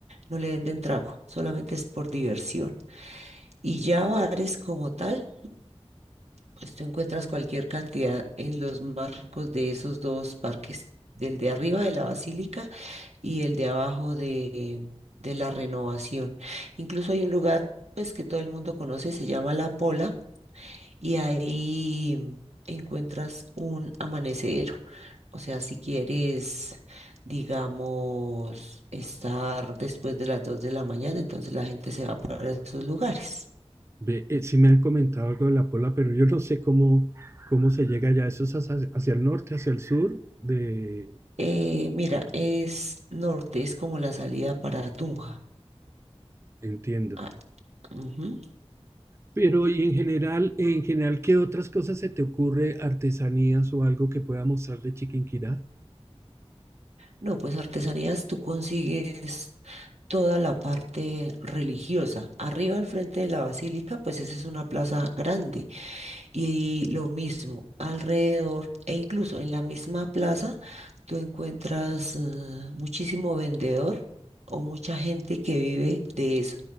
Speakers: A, on the right (about 80°); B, on the right (about 25°).
A: no le venden trago, solamente es por diversión. Y ya bares como tal. Pues tú encuentras cualquier cantidad en los marcos de esos dos parques, del de arriba de la Basílica y el de abajo de, de la Renovación. Incluso hay un lugar pues que todo el mundo conoce, se llama La Pola, y ahí encuentras un amanecedero. O sea, si quieres, digamos, estar después de las 2 de la mañana, entonces la gente se va para esos lugares.
B: Ve, eh, sí me han comentado algo de la Pola, pero yo no sé cómo, cómo se llega allá. Eso es hacia, hacia el norte, hacia el sur, de...
A: Eh, mira, es norte, es como la salida para Tunja.
B: entiendo.
A: Ah, ujú.
B: Pero y en general, en general, ¿qué otras cosas se te ocurre, artesanías o algo que pueda mostrar de Chiquinquirá?
A: No, pues artesanías tú consigues toda la parte religiosa. Arriba al frente de la basílica, pues esa es una plaza grande. Y lo mismo, alrededor e incluso en la misma plaza, tú encuentras eh, muchísimo vendedor o mucha gente que vive de eso,